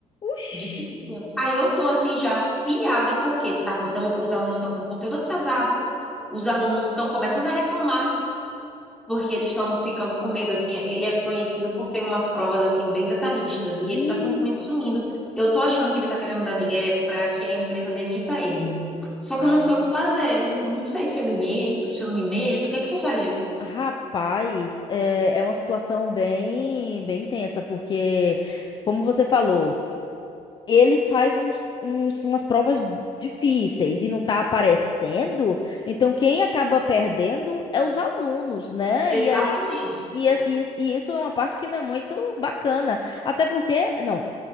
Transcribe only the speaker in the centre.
Difícil. Aí eu tô assim já pilhada, porque tá, com- tamo- os alunos estão com conteúdo atrasado, os alunos estão começando a reclamar. porque eles estão ficando com medo, assim, ele é conhecido por ter umas provas, assim, bem detalhistas, e
ele tá simplesmente sumindo. Eu tô achando que ele tá querendo dar migué para que a empresa demita ele. Só
que eu não sei o que fazer, não, não sei se eu me meto, se eu não me meto, o que é que você faria?
Exatamente.